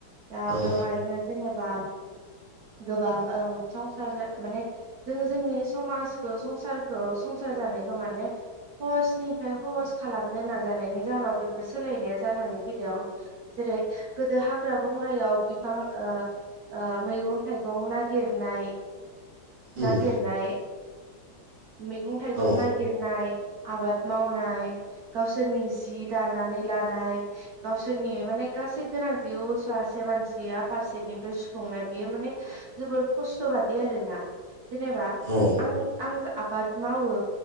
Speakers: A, on the right; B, on the right.
A: दा
B: औ
A: बेवहायनो जेनेबा गोबां ओं संसार माने जोङो जोंनि समाजखौ संसारखौ संसा- र जानायखौ माने खहजनिफ्राय खहस खालामनो नाजानायनि जाहोनाव बेफोर सोलायनाया जाना- नै फैदों । जेरै गोदो हाग्रा बंग्रायाव बिफां ओ ओ मैगं- थाइगं नागिरनाय
B: उम
A: नागिरनाय मैगं-थाइगं
B: औ
A: नागिरनाय, आबाद मावनाय, गावसोरनि जि दानानै लानाय, गावसोरनि माने गासै गोनांथिखौ सासे मानसिया फारसेनिफ्राय सुफुंनाय बेयो माने जोबोर खस्थ' बादि आरोना । जेनेबा
B: औ औ
A: आं आं आबाद मावो